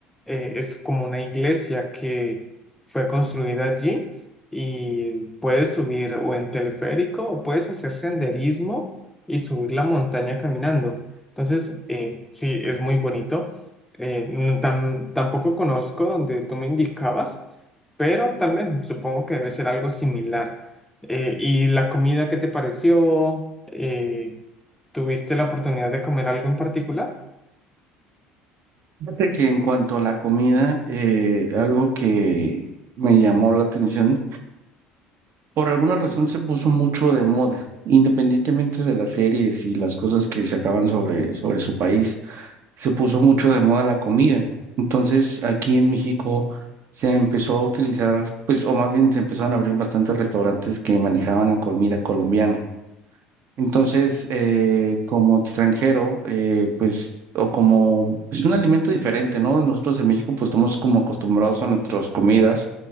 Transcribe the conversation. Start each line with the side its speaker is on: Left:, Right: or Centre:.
Centre: eh, es como una iglesia que fue construida allí y puedes subir o en teleférico o puedes hacer senderismo y subir la montaña caminando. Entonces, eh, sí, es muy bonito. Eh, no tam- tampoco conozco donde tú me indicabas, pero también supongo que debe ser algo similar. Eh, ¿y la comida qué te pareció? Eh, ¿tuviste la oportunidad de comer algo en particular?
Right: Fíjate que en cuanto a la comida, eh, algo que me llamó la atención, por alguna razón se puso mucho de moda, independientemente de las series y las cosas que sacaban sobre, sobre su país. se puso mucho de moda la comida. Entonces, aquí en México se empezó a utilizar, pues, o más bien se empezaron a abrir bastantes restaurantes que manejaban la comida colombiana. Entonces, eh, como extranjero, eh, pues, o como, es un alimento diferente, ¿no? Nosotros en México, pues, estamos como acostumbrados a nuestras comidas,